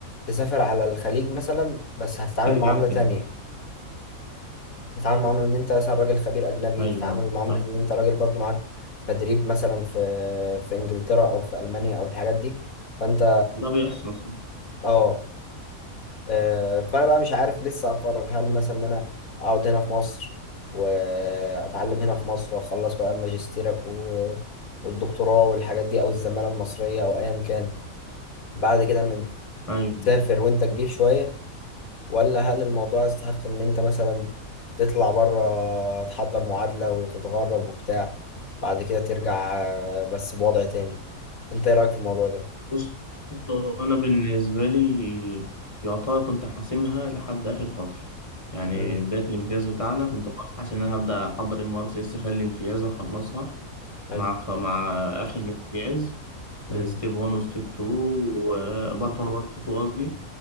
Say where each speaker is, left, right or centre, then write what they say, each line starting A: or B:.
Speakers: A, on the left; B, on the left.
A: تسافر على الخليج مثلا بس هتتعامل
B: ترجع
A: معاملة
B: حلو
A: تانية تتعامل معاملة ان انت مثلا راجل خبير اجنبي
B: ايوه
A: تتعامل معاملة
B: فاهم.
A: ان انت راجل برضو معاك تدريب مثلا في في انجلترا او في المانيا او الحاجات دي فانت
B: وده بيحصل اصلا
A: اه آه، فانا بقى مش عارف لسه اقرر هل مثلا ان انا اقعد هنا في مصر واتعلم هنا في مصر واخلص بقى ماجستيرك و... والدكتوراه والحاجات دي او الزماله المصريه او ايا كان بعد كده من
B: ايوه
A: تسافر وانت كبير شويه ولا هل الموضوع يستحق ان انت مثلا تطلع بره تحضر معادله وتتغرب وبتاع بعد كده ترجع آه، بس بوضع تاني انت ايه رايك في الموضوع ده
B: بص هو انا بالنسبه لي يعتبر كنت حاسمها لحد اخر فتره يعني
A: امم
B: بدايه الامتياز بتاعنا كنت خلاص حاسس ان انا هبدا احضر ام ار سي اس خلال الامتياز واخلصها
A: حلو
B: مع خ... مع اخر الامتياز
A: امم
B: ستيب 1 وستيب 2 وبارت 1 وبارت 2 قصدي